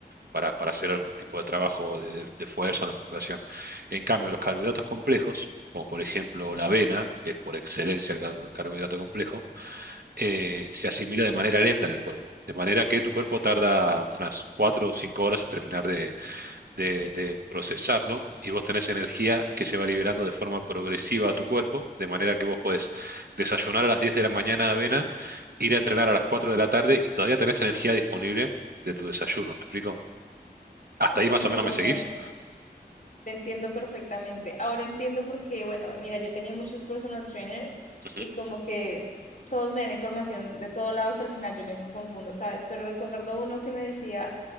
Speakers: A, on the right; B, on the left.
A: para, para hacer algún tipo de trabajo de, de, de fuerza o de musculación. En cambio, los carbohidratos complejos, como por ejemplo la avena, que es por excelencia el car- carbohidrato complejo, eh, se asimila de manera lenta en el cuerpo. De manera que tu cuerpo tarda unas 4 o 5 horas en terminar de, de- de procesarlo y vos tenés energía que se va liberando de forma progresiva a tu cuerpo. De manera que vos podés desayunar a las 10 de la mañana avena, ir a entrenar a las 4 de la tarde y todavía tenés energía disponible de tu desayuno. ¿Me explico? Hasta
B: Sí,
A: ahí más o menos
B: bueno,
A: me seguís.
B: Te entiendo perfectamente. Ahora entiendo porque, bueno, mira, yo he tenido muchos personal trainer
A: Ujú.
B: y como que todos me dan información de todo lado que al final yo me confundo, ¿sabes? Pero recuerdo uno que me decía,